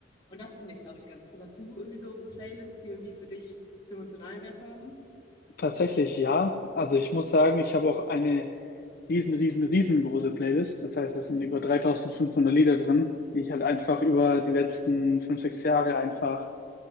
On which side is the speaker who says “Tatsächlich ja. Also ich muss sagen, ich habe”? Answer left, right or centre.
Left